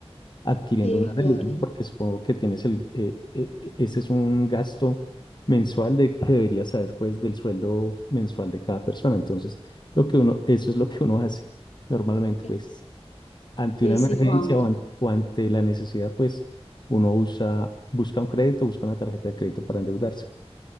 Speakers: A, on the left; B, on the left.
A: adquiriendo
B: Sí,
A: una deuda,
B: claro.
A: ¿no? Porque supongo que tienes el, eh, eh, eh, ese es un gasto mensual de que deberías saber pues del sueldo mensual de cada persona, entonces lo que uno, eso es lo que uno hace normalmente
B: Sí,
A: pues ante
B: sí,
A: una emergencia
B: sí, Juan.
A: o, an- o ante la necesidad, pues uno usa, busca un crédito, busca una tarjeta de crédito para endeudarse.